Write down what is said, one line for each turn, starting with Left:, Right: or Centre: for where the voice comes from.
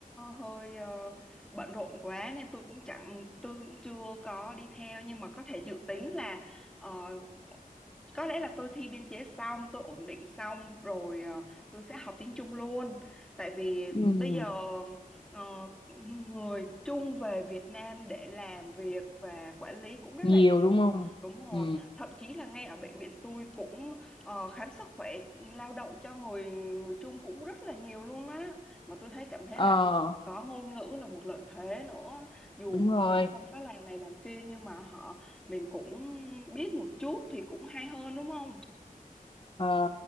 Centre: hơi ờ, bận rộn quá nên tôi cũng chẳng tôi cũng chưa có đi theo nhưng mà có thể dự tính là ờ, có lẽ là tôi thi biên chế xong tôi ổn định xong rồi ờ, tôi sẽ học tiếng Trung luôn tại vì
Left: ừ
Centre: bây giờ ờ, người Trung về Việt Nam để làm việc và quản lý cũng rất
Left: nhiều
Centre: là
Left: đúng không
Centre: Đúng
Left: ừ
Centre: rồi, thậm chí là ngay ở bệnh viện tôi cũng ờ, khám sức khỏe lao động cho người người Trung cũng rất là nhiều luôn á. Mà tôi thấy cảm thấy
Left: ờ
Centre: là có ngôn ngữ là một lợi thế nữa. Dù
Left: đúng rồi
Centre: mình không có làm này làm kia nhưng mà họ mình cũng biết một chút thì cũng hay hơn đúng không?
Left: Ờ,